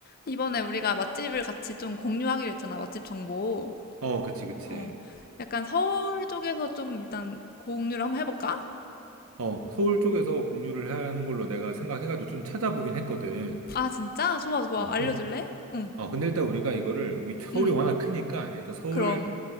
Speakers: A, on the left; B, on the right.
A: 이번에 우리가 맛집을 같이 좀 공유하기로 했잖아, 맛집 정보.
B: 어, 그치, 그치.
A: 어, 약간 서울 쪽에서 좀 일단 공유를 한번 해볼까?
B: 어, 서울 쪽에서 공유를 하는 걸로 내가 생각해가지고 좀 찾아보긴 했거든.
A: 아, 진짜? 좋아, 좋아.
B: 어,
A: 알려줄래?
B: 그,
A: 응,
B: 어, 근데 일단 우리가 이거를, 위, 서울이
A: 응.
B: 워낙 크니까, 일단 서울,
A: 그럼,